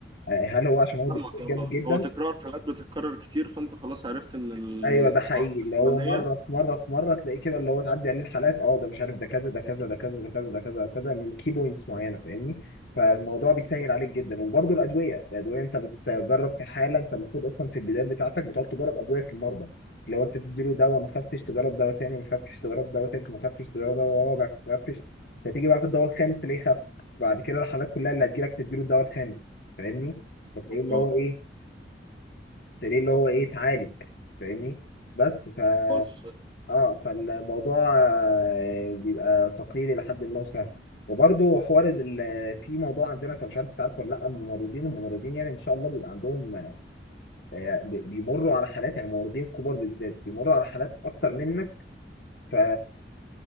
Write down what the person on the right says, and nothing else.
فاهمك. اه،
هو تكرار حالات بتتكرر كتير فانت خلاص عرفت ان الاعراض
الفلانية
اه
خلاص